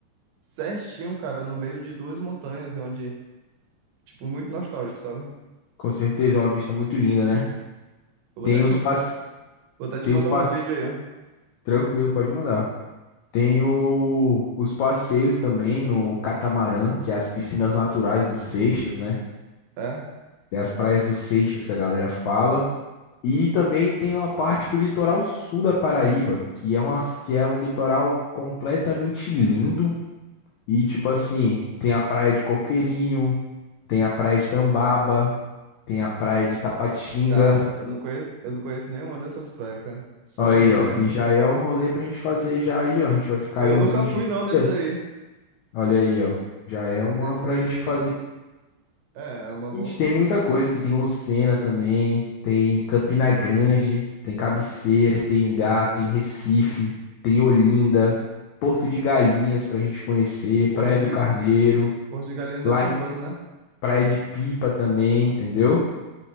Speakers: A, on the right; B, on the left.
A: certinho, cara, no meio de duas montanhas, onde, tipo, muito nostálgico, sabe?
B: Com certeza, é uma vista muito linda, né?
A: Eu vou
B: Tem
A: até te,
B: os
A: vou
B: passe,
A: até te
B: Tem
A: mandar
B: os passe
A: um vídeo aí, ó.
B: Tranquilo, pode mandar. Tem o- os passeios também no catamarã, que é as piscinas naturais do Seixas, né?
A: É,
B: Tem as praias do Seixas que a galera fala. E também tem uma parte do litoral sul da Paraíba, que é uma... que é um litoral completamente lindo. E, tipo assim, tem a praia de Coqueirinho, tem a praia de Tambaba, tem a praia de Tapatinga.
A: cara, eu não conheço, eu não conheço nenhuma dessas praias, cara. Só
B: Aí,
A: indo
B: ó.
A: mesmo.
B: E já é um rolê pra gente fazer já aí, ó. A gente vai ficar
A: Eu
B: aí uns
A: nunca
B: vinte
A: fui, não, nesse
B: dias.
A: daí.
B: Olha aí, ó. Já é uma
A: Nesse
B: pra
A: daí,
B: gente fazer.
A: é, é uma
B: Ixi,
A: boa.
B: tem muita coisa aqui. Tem Lucena também. Tem Campina Grande. Tem Cabeceiras. Tem Engá. Tem Recife. Tem Olinda. Porto de Galinhas pra gente conhecer.
A: Porto
B: Praia
A: de,
B: do Carneiro.
A: Porto de Galinhas
B: Lá
A: é famoso,
B: em
A: né?
B: Praia de Pipa também, entendeu?